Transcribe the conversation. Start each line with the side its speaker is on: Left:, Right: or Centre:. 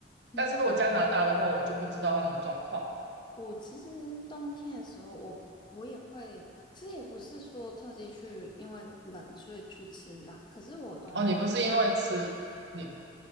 Left: 嗯
Right: 但是如果加拿大的话，我就不知道他们的状况。
Left: 我其实冬天的时候我，我也会，其实也不是说特地去因为冷所以去吃辣，可是我冬天我会
Right: 哦，你不是因为吃你